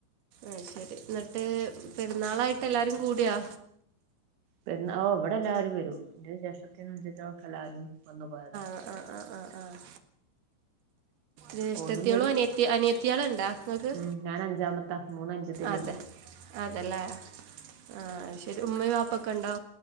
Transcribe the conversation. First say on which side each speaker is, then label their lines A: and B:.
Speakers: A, on the right; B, on the right.
A: അയ്ശരി ന്നട്ട് പെരുന്നാളായിട്ട് എല്ലാരും കൂടിയോ
B: പെരുന്നാ ഓഹ് ഇവിടെ എല്ലാവാരും വരും ഇന്റെ ജേഷ്ഠത്തികളും അൻജത്തികളും ഒക്കെ എല്ലാരും വന്നു പോയതാ
A: ആഹ് ആഹ് ആഹ് ആഹ് ആഹ് ജേഷ്ടത്തിയാളും
B: ഓലും വരും
A: അനിയത്തി അനിയത്തിയാള്ണ്ടാ നിങ്ങക്ക്
B: ഉം ഞാൻ അഞ്ചാമത്താ മൂന്ന് അനുജത്തികളുണ്ട്
A: അതെ അതെല്ലേ ആഹ് അയ്ശരി ഉമ്മയും വാപ്പൊക്കെ ഉണ്ടോ